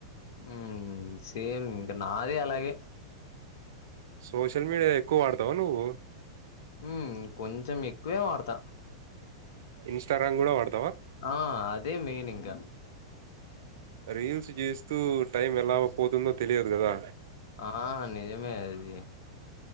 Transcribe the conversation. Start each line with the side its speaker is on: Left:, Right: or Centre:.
Left: ఉమ్ సేమ్ ఇంకా నాది అలాగే
Right: సోషల్ మీడియ ఎక్కువ వాడతావ నువ్వు
Left: ఉ కొంచెం ఎక్కువే వాడత
Right: ఇంస్టాగ్రామ్ కూడ వాడ్
Left: ఆ అదే మెయిన్ ఇంగ
Right: రీల్స్ చేస్తూ టైం ఎలా పోతుందో తెలియదు కదా
Left: ఆ నిజమే అది